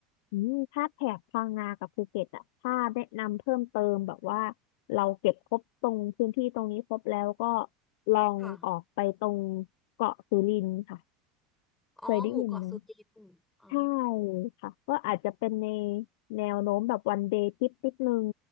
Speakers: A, on the left (about 60°); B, in the centre.
A: อืมถ้าแถบพังงากับภูเก็ตอ่ะถ้าแนะนำเพิ่มเติมแบบว่าเราเก็บครบตรงพื้นที่ตรงนี้ครบแล้วก็ลองออกไปตรง
B: ค่ะ
A: เกาะสุรินทร์ค่ะ
B: อ๋อหมู่เกาะสุกิน
A: เคยได้ยินไหม
B: อ๋อ
A: ใช่ค่ะก็อาจจะเป็นในแนวโน้มแบบวันเดย์ทริปนิดนึง